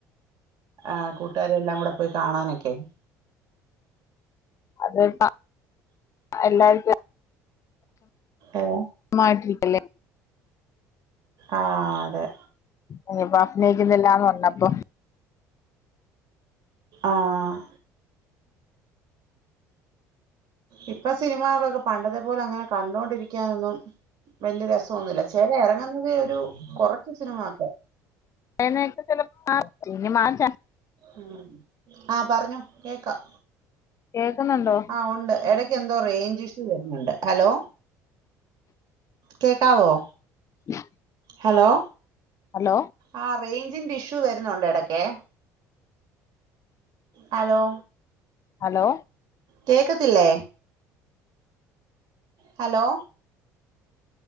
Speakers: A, on the right; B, on the left.
A: ആഹ് കൂട്ടുകാരെല്ലാം കൂടെ പോയി കാണാനെക്കെ
B: അത് ഇപ്പ ആഹ് എല്ലാര്ക്കും
A: ഏഹ്
B: മാട്ടിരിക്കല്ലേ
A: ആഹ് അതെ
B: ഇനീപ്പ അഭിനയിക്ക്‌ന്നില്ലാന്ന് പറഞ്ഞപ്പം
A: ആഹ് ഇപ്പ സിനിമകളൊക്കെ പണ്ടത്തെ പോലെ അങ്ങനെ കണ്ടോണ്ടിരിക്കാനൊന്നും വല്യ രസം ഒന്നുല്ല ചെല എറങ്ങുന്നതിലൊരു കൊറച്ച് സിനിമാക്കെ
B: അങ്ങനെയൊക്കെ ചെലപ്പം മാറ്റും ഇനി മാറ്റാം
A: ഉം ആഹ് പറഞ്ഞൊ കേക്കാം
B: കേക്ക്‌ന്നൊണ്ടോ
A: ആഹ് ഒണ്ട് എടയ്ക്ക് എന്തോ റേഞ്ച് ഇഷ്യൂ വരുന്നുണ്ട് ഹലോ കേക്കാവോ
B: ഉ <unintelligible>
A: ഹലോ
B: ഹലോ
A: ആഹ് റേഞ്ചിന്റെ ഇഷ്യൂ വരുന്നൊണ്ട് എടക്കേ ഹലോ
B: ഹലോ
A: കേക്കത്ത്ല്ലേ ഹലോ